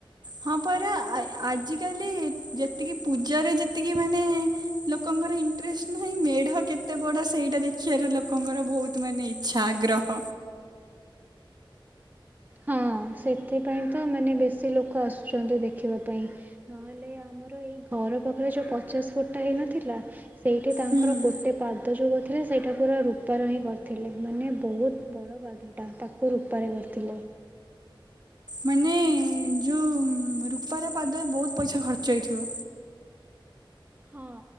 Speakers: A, on the right; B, on the right.
A: ହଁ ପରା ଆଇ ଆଜିକାଲି। ଯେତିକି ପୂଜାରେ ଯେତିକି ମାନେ। ଲୋକଙ୍କର ଇଣ୍ଟରେଷ୍ଟ ନାହିଁ ମେଢ କେତେ ବଢ ସେଇଟା ଦେଖିବାର ଲୋକଙ୍କର ବହୁତ ତ୍ ମାନେ ଇଚ୍ଛା ଆଗ୍ରହ।
B: ହଁ ସେଥିପାଇଁ ତ ମାନେ ବେଶୀ ଲୋକ ଆସୁଚନ୍ତି ଦେଖିବା ପାଇଁ ନ ହେଲେ ଆ ଆମର ଏଇ ଘର ପାଖରେ ଯୋଉ ପଚାଶ ଫୁଟଟା ହେଇନଥିଲା ସେଇଠି ତାଙ୍କର
A: ହୁଁ।
B: ଗୋଟେ ପା ପାଦ ଯୋଉ କରିଥିଲେ ସେଇଟା ପୁରା ରୂପାର ହିଁ କରିଥିଲେ ମାନେ ବୋହୁତ ବଡ଼ ପାଦ। ଟା ତାକୁ ରୂପାରେ କରିଥିଲେ।
A: ମାନେ ଯୋଉ ରୂପାର ପାଦ ବୋହୁତ ପଇସା ଖର୍ଚ୍ଚ ହେଇଥିବ।
B: ହଁ।